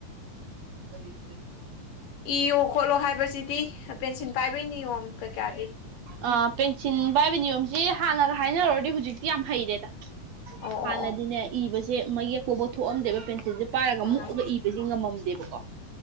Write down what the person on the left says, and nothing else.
ꯏꯌꯣ ꯈꯣꯠꯂꯣ ꯍꯥꯏꯕꯁꯤꯗꯤ ꯄꯦꯟꯁꯤꯟ ꯄꯥꯏꯕꯩ ꯅꯤꯌꯣꯝ ꯀꯩꯀ꯭ꯌꯥꯗꯤ
ꯑꯣ
ꯑꯣ
ꯑꯣ